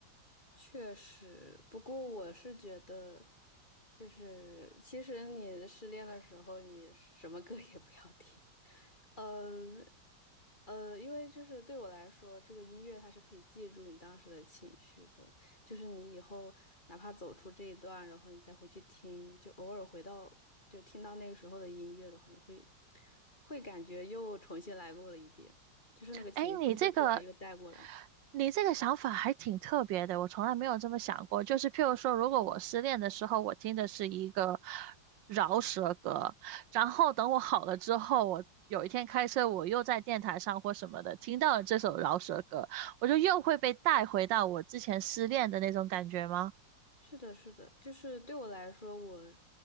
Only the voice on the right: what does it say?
哎，你这个，你这个想法还挺特别的，我从来没有这么想过。就是譬如说，如果我失恋的时候，我听的是一个饶舌歌，然后等我好了之后，我有一天开车，我又在电台上或什么的听到了这首饶舌歌，我就又会被带回到我之前失恋的那种感觉吗？